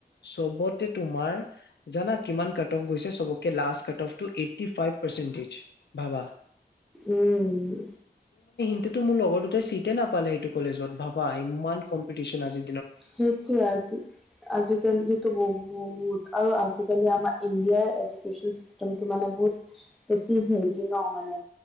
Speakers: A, on the left; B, in the centre.
A: চবত তোমাৰ জানা কিমান কাটঅফ গৈছে চবকে লাষ্ট কাটঅফটো এইটি ফাইভ চিনগিজ বাবা
B: উম
A: তেতো মোৰ লগৰ দুটাই চিটে নাপালে এইটো কলেজত ভাবা ইমান কম্পিটিচন আজি
B: সেইটোৱে আজি আজিকালি যেতো ব বহুত আৰু আজিকালি আমাৰ ইন্দিয়াৰ এডুকেচন চিষ্টেমটো মানে বহুত বেছি হেৰি ন মানে